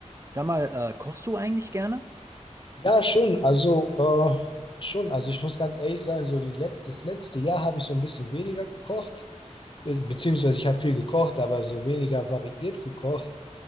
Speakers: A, on the right; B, on the left.
A: Sag mal, äh, kochst du eigentlich gerne?
B: Ja, schon. Also, äh, schon. Also, ich muss ganz ehrlich sein, so die letzte, das letzte Jahr habe ich so ein bisschen weniger gekocht. Be beziehungsweise, ich habe viel gekocht, aber so weniger variiert gekocht.